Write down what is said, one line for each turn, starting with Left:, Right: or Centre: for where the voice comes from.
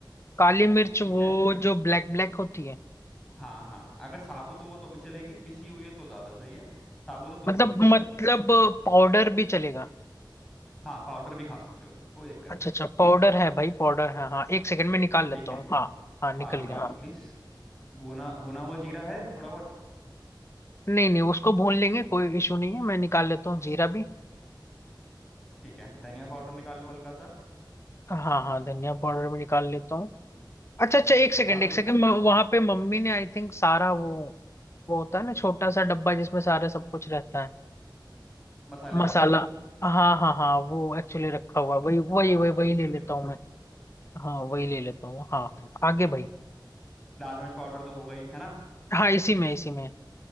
Left: काली मिर्च
Centre: ठीक
Left: वो
Centre: है
Left: जो ब्लैक ब्लैक होती है
Centre: हाँ हाँ अगर साबुत हो तो भी चलेगी पिसी हुई है तो ज्यादा सही है साबुत हो तो भी
Left: मतलब
Centre: कोई दिक्कत
Left: मतलब
Centre: नहीं है
Left: पाउडर भी चलेगा
Centre: हाँ पाउडर भी खा सकते हो तुम कोई दिक्कत
Left: अच्छा
Centre: नहीं
Left: अच्छा
Centre: है
Left: पाउडर है भाई पाउडर है हाँ एक सेकंड में निकाल लेता
Centre: ठीक है
Left: हूँ हाँ हाँ निकल
Centre: हाँ निकाल
Left: गया हाँ
Centre: लो प्लीज भुना भुना हुआ जीरा है थोड़ा बहुत
Left: नहीं नहीं उसको भून लेंगे कोई इशू नहीं है मैं निकाल लेता हूँ जीरा भी
Centre: ठीक है धनिया पाउडर निकाल लो हल्का सा
Left: हाँ हाँ धनिया पाउडर भी निकाल लेता हूँ अच्छा अच्छा एक सेकंड
Centre: अदरक
Left: एक सेकंड वहां पे मम्मी ने आई थिंक सारा वो वो होता है ना छोटा सा डब्बा जिसमें सारे सब कुछ रहता है
Centre: मसालेदानी
Left: मसाला हाँ हाँ हाँ वो एक्चुअली रखा हुआ है वही वही
Centre: हाँ
Left: वही वही
Centre: उसमें
Left: ले लेता
Centre: देखो
Left: हूँ मैं हाँ वही ले लेता हूँ हाँ हाँ। आगे भाई
Centre: लाल मिर्च पाउडर तो हो गई है ना
Left: हाँ इसी में इसी में